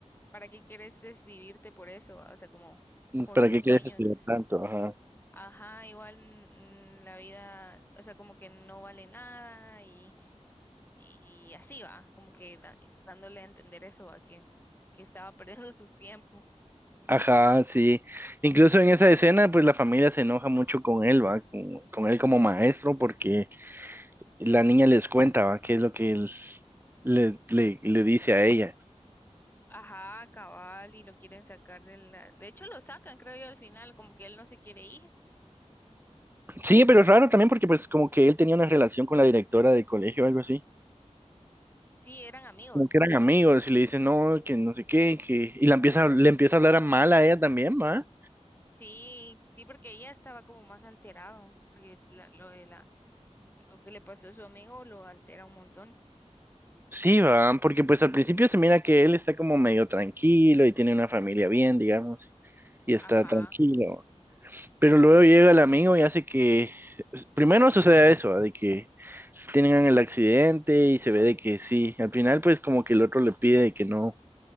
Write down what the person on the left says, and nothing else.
¿para qué quieres desvivirte por eso? O sea, como por
sus
sueños.
Ajá, igual mm, mm, la vida, o sea, como que no vale nada y, y y así va, como que da- dándole a entender eso, va, que, que estaba <laughs> perdiendo su tiempo.
Ajá, cabal, y lo quieren sacar de la... De hecho, lo sacan, creo yo, al final, como que él no se quiere ir
Sí, eran amigos.
Sí, sí, porque ella estaba como más alterado, porque la- lo de la, lo que le pasó a su amigo lo altera un montón.
Ajá,